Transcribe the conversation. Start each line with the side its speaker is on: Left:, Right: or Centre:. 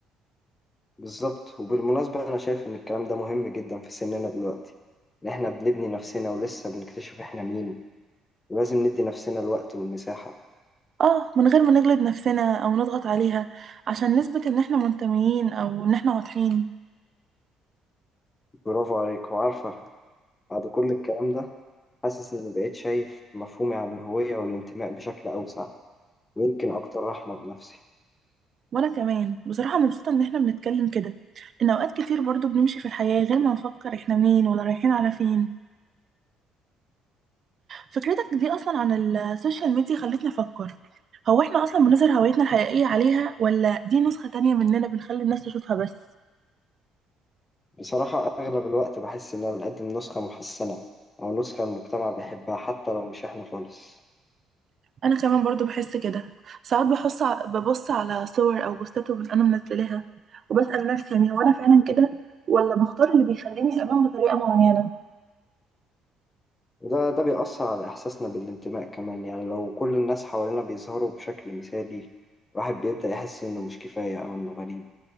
Left: بالظبط وبالمناسبة أنا شايف إن الكلام ده مهم جدا في سننا دلوقتي إن إحنا بنبني نفسنا ولسه بنكتشف إحنا مين ولازم ندي نفسنا الوقت والمساحة
Right: اه من غير ما نجلد نفسنا او نضغط عليها عشان نثبت ان احنا منتميين او ان احنا واضحين
Left: برافو عليك وعارفة بعد كل الكلام ده حاسس إني بقيت شايف مفهومي عن الهوية والانتماء بشكل أوسع ويمكن أكتر رحمة بنفسي
Right: وانا كمان بصراحة مبسوطة ان احنا بنتكلم كده ان اوقات كتير برضو بنمشي في الحياة غير ما نفكر احنا مين ولا رايحين على فين فكرتك دي اصلا عن السوشيال ميديا خلتني افكر هو احنا اصلا بنظهر هويتنا الحقيقية عليها ولا دي نسخة تانية مننا بنخلي الناس تشوفها بس
Left: بصراحة أغلب الوقت بحس إن أنا بقدم نسخة محسنة أو نسخة المجتمع بيحبها حتى لو مش إحنا خالص
Right: انا كمان برضو بحس كده ساعات بحس ببص على صور او بوستات وب- انا منزلاها وبسأل نفسي يعني هو انا فعلا كده ولا بختار اللي بيخليني ابان بطريقة معينة
Left: وده ده بيأثر على إحساسنا بالانتماء كمان يعني لو كل الناس حوالينا بيظهروا بشكل مثالي الواحد بيبدأ يحس إنه مش كفاية أو إنه غريب